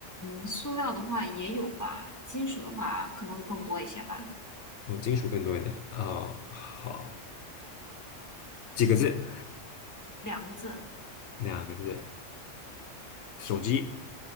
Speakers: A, on the left; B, on the left.
A: 嗯，塑料的话也有吧，金属的话可能会更多一些吧。
B: 哦，金属更多一点。哦，好，几个字？
A: 两个字，
B: 两个字。手机